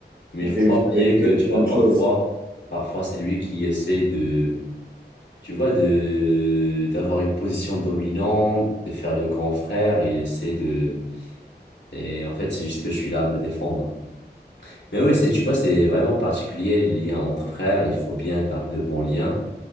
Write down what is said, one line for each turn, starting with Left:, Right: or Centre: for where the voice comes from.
Left: Mais il faut
Right: évi-
Left: pas oublier
Right: é-
Left: que, tu vois,
Right: même
Left: parfois,
Right: chose.
Left: parfois c'est lui qui essaie de tu vois, de d'avoir une position dominante, de faire le grand frère, il essaie de... Et en fait, c'est juste que je suis là à me défendre. Mais oui, c'est, tu vois, c'est vraiment particulier, les liens entre frères, il faut bien garder de bons liens.